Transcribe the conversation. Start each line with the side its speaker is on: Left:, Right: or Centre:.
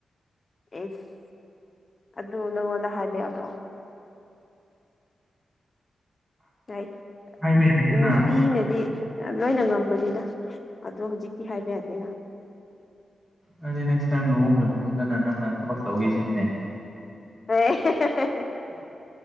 Left: ꯑꯦꯁ ꯑꯗꯨ ꯅꯉꯣꯟꯗ ꯍꯥꯏꯕ ꯌꯥꯕ꯭ꯔꯣ ꯔꯥꯏꯠ
Right: ꯍꯥꯏꯕ ꯌꯥꯏꯗꯅ
Left: ꯅꯨꯄꯤꯅꯗꯤ ꯂꯣꯏꯅ ꯉꯝꯕꯅꯤꯗ ꯑꯗꯣ ꯍꯧꯖꯤꯛꯇꯤ ꯍꯥꯏꯕ ꯌꯥꯗꯦꯅ
Right: ꯑꯗꯨꯗꯤ ꯅꯦꯛꯁ ꯇꯥꯏꯝ ꯂꯨꯍꯣꯡꯈ꯭ꯔ ꯃꯇꯨꯡꯗ ꯅꯪꯅ ꯊꯕꯛ ꯇꯧꯒꯦꯁꯤꯅꯤꯅꯦ
Left: ꯍꯣꯏ ꯍꯦꯍꯦ